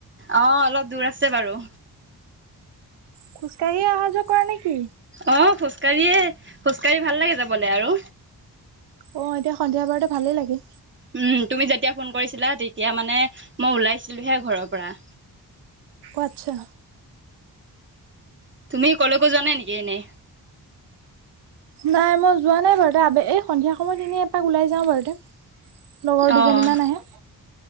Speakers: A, on the right; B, on the right.
A: অ অলপ দূৰ আছে বাৰু।
B: খোজ কঢ়িয়ে অহা যোৱা কৰা নেকি?
A: আহ খোজকাঢ়িয়ে- খোজকাাঢ়ি ভাল লাগে যাবলৈ আৰু
B: অ এতিয়া সন্ধিয়া বাৰতে ভালেই লাগে
A: উম তুমি যেতিয়া ফোন কৰিছিলা তেতিয়া মানে মই ওলাইছিলোহে ঘৰৰ পৰা।
B: আচ্ছা
A: তুমি কলেকো যোৱা নাই নেকি এনেই।
B: নাই মই যোৱা নাই বাৰুতে আব এই সন্ধিয়া সময় এনেই এপাক ওলাই যাওঁ বাৰুতে। লগৰ
A: অ',
B: দুজনী মান আহে,